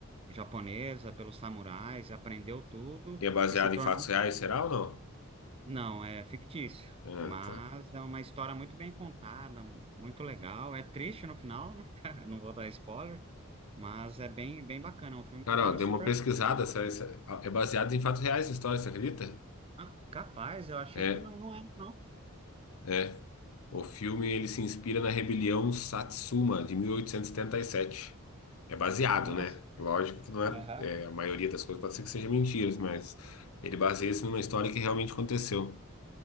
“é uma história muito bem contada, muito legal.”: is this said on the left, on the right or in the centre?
Right